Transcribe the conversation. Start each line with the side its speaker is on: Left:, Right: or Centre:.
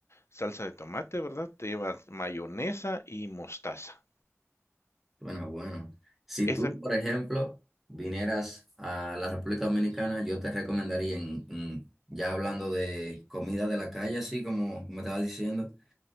Left: salsa de tomate, ¿verdad? Te lleva mayonesa y mostaza.
Centre: Bueno, bueno. Si
Left: Esa,
Centre: tú, por ejemplo, vinieras a la República Dominicana, yo te recomendaría, en- en- ya hablando de comida de la calle, así como me estaba diciendo,